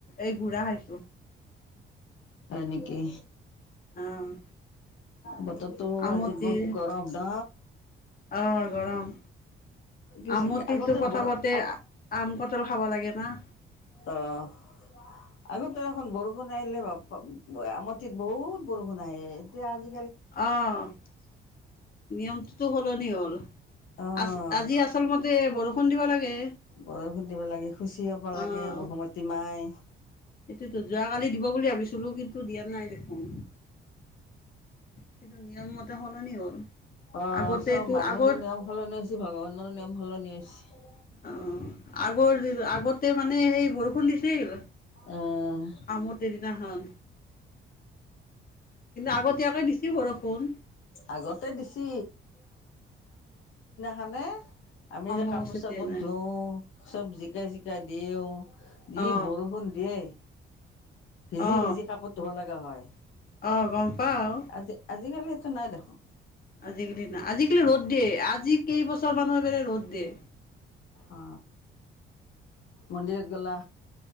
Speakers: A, on the left (about 45°); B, on the left (about 75°).
A: এই গুড়া খাইছো।
B: নেকি।
A: অ',
B: বততো
A: আমটিৰ
B: আজি গৰম ন'।
A: অ' গৰম।
B: কি
A: আমটিটো
B: আগতে
A: পথাপতে
B: বৰ অ'
A: আম কটল খাব লাগে না।
B: অ', আগতে এখন বৰষুণ আহিলে আমতিত বহুত বৰষুণ আহে এতিয়া আজি
A: অ'নিয়মটোতো সলনি হ'ল।
B: অ'
A: আছ আজি আচল মতে বৰষুণ দিব লাগে।
B: বৰষুণ দিব লাগে শুচি হব লাগে
A: আহ
B: বসুমতী মাই।
A: সেইটোতো যোৱাকালি দিব বুলি ভাবিছো। চুলুকিতটো দিয়া নাই দেখোন কিন্তু নিয়ম মতে সলনি হ'ল।
B: অ',
A: আগতেতো
B: চব মানুহৰো
A: আগত
B: নিয়ম সলনি হৈছে ভগৱানৰো নিয়ম সলনি হৈছে।
A: অ', আগৰ আগতে মানে সেই বৰষুণ দিছিল।
B: আহ
A: আমতেদিনাখন কিন্তু আগতীয়াকে দিছি বৰষুন।
B: আগতে দিছি খানে আমি
A: অম্বুবাচীৰ
B: যে কাপোৰ চাপোৰত
A: দিনা
B: ধোও চব জিকাই চিকাই দিওঁ ই
A: অ
B: বৰষুণ দিয়ে ভিজি
A: অ
B: ভিজি কাপোৰ ধোব লগা হয়
A: অ' গম পাও।
B: আজি আজিকালি নাই দেখোন।
A: আজিকালি না আজিকালি ৰ'দ দিয়ে আজি কেইবছৰ মানুহ বলে ৰ'দ দিয়ে।
B: অ, মন্দিৰত গেলা।